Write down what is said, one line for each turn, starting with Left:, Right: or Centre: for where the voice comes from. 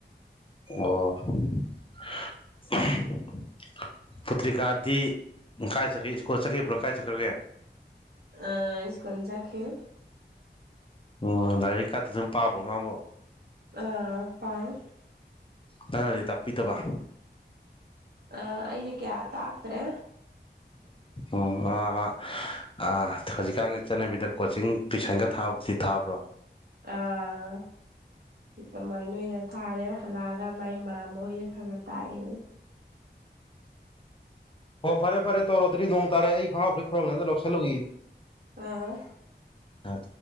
Left: ꯑꯣ <unintelligible> ꯄꯨꯇ꯭ꯔꯤꯀꯥꯗꯤ ꯀꯥꯏ ꯆꯠꯈꯤ ꯁ꯭ꯀꯣꯜ ꯆꯠꯈꯤꯕ꯭ꯔꯣ ꯀꯥꯏ ꯆꯠꯈ꯭ꯔꯒꯦ
Right: ꯑ ꯁ꯭ꯀꯨꯜ ꯆꯠꯈꯤ
Left: ꯎꯝ ꯂꯥꯏꯔꯤꯛ ꯀꯥꯇꯤ ꯑꯗꯨꯝ ꯄꯥꯕ꯭ꯔꯣ ꯃꯥꯕꯣ
Right: ꯑ <unintelligible>
Left: ꯅꯪꯅꯗꯤ ꯇꯥꯛꯄꯤꯗꯕ
Right: ꯑ ꯑꯩꯅ ꯀꯌꯥ ꯇꯥꯛꯇ꯭ꯔꯦ
Left: ꯑꯣ ꯑ ꯑꯥ ꯍꯧꯖꯤꯛꯀꯥꯟꯒꯤ ꯆꯠꯅꯕꯤꯗ ꯀꯣꯆꯤꯡ ꯇꯨꯏꯁꯟꯒ ꯊꯥꯕꯗꯨꯗꯤ ꯊꯥꯕ꯭ꯔꯣ
Right: ꯑꯥ ꯑꯗꯨꯃꯥꯏꯅ ꯑꯣꯏꯅ ꯊꯥꯔꯦ ꯍꯜꯂꯛꯑꯒ ꯃꯥꯏ ꯏꯃꯥ ꯃꯈꯣꯏꯅ ꯈꯔ ꯈꯔ ꯇꯥꯛꯑꯦ
Left: ꯍꯣ ꯐꯔꯦ ꯐꯔꯦ ꯇꯧ ꯔꯣꯇꯔꯤ ꯅꯣꯡ ꯇꯥꯔꯦ ꯑꯩ ꯈꯪ ꯐ ꯐ꯭ꯔꯣꯕꯅꯦꯗ ꯂꯧꯁꯜꯂꯨꯒꯤ
Right: ꯑꯥ
Left: ꯑ